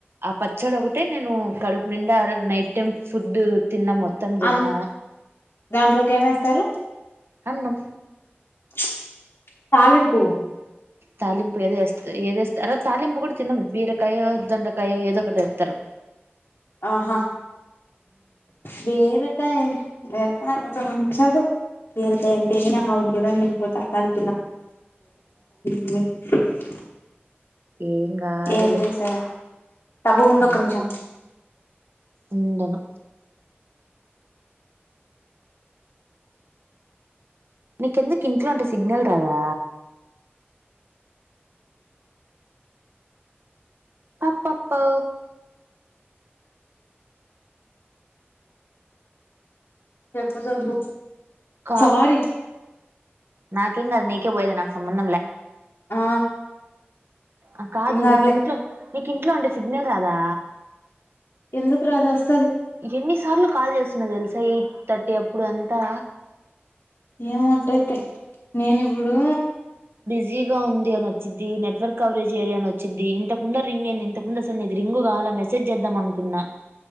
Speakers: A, on the right; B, on the left.
A: పచ్చడి ఒకటే నేను కడుపు నిండా ఆరోజు నైట్ టైం ఫుడ్ తిన్నా మొత్తం తిన్నా
B: అ దాంట్లోకి ఏమేస్తారు.
A: అన్నం
B: చ్ తాలింపు
A: తాలింపు ఏదోస్త ఏదేస్తరో అ తాలింపు కూడా తిన్నం బీరకాయ దొండకాయ ఏదో ఒకడ ఎత్తరు
B: ఆహా వేరే కాయే బీరకాయ నాకు నచ్చదు బీరకాయ అంటేనే ఆమడ దూరంగా అల్లిపోతా కని <unintelligible>
A: ఏం కాదులే
B: ఏం చేశారు తబ్బు ఉండు
A: అలా
B: ఒక నిమిషం
A: ఉండను నీకెందుకు ఇంట్లో ఉంటే సిగ్నల్ రాదా అప్పప్పా
B: చెపు సబ్బు
A: కా
B: సోరి
A: నాకేం కాదు నీకే పోయేదు నాకు సంబంధం లే
B: ఆ
A: ఆ కాదు
B: ఏం కాదులే
A: నీకు ఇంట్లో నీకు ఇంట్లో ఉండే సిగ్నల్ కాదా
B: ఎందుకు రాదస్
A: ఎన్ని సార్లు కాల్ చేస్ సిన తెలుసా ఎయిట్ థర్టీ అప్పుడు అంతా
B: ఏ మొ తే నేను ఇప్పుడు
A: బిజీ గా ఉంది అని వచ్చిది నెట్వర్క్ కవరేజ్ ఏరియా అని వచ్చిద్ది ఇంత దార్ రింగ్ేంది ఇంతకుముందు అసలు తకనిది రింగు కాల్ మెసేజ్ చేద్దాం అనుకున్నా